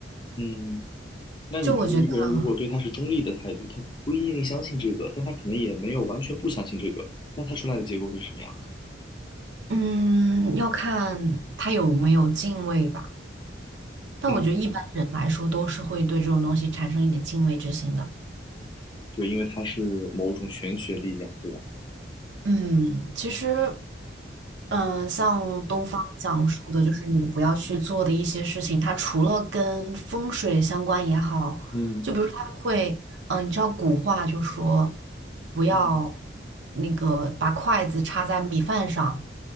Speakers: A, on the left (about 25°); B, on the right (about 75°).
A: 嗯，那你觉得一个人如果对他是中立的态度，
B: 就我觉得，
A: 他不一定相信这个，但他可能也没有完全不相信这个，那他出来的结果会是什么样呢？
B: 嗯，要看他有没有敬畏吧。但我觉得一般人来说都是会对这种东西产生一点敬畏之心的。
A: 嗯，对，因为它是某种玄学力量，对吧？
B: 嗯，其实，嗯、像东方讲述的，就是你不要去做的一些事情，它除了跟风水相关也好，
A: 嗯
B: 就比如说它会，嗯、你知道古话就说，不要那个把筷子插在米饭上，
A: 嗯